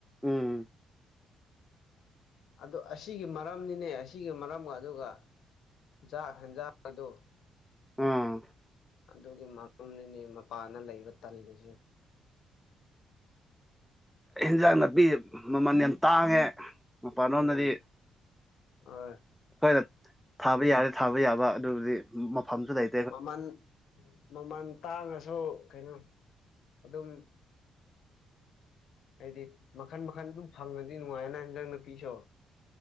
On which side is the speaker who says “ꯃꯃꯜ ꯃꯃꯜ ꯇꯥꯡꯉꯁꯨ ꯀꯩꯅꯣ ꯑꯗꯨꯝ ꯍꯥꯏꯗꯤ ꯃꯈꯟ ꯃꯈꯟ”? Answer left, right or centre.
Left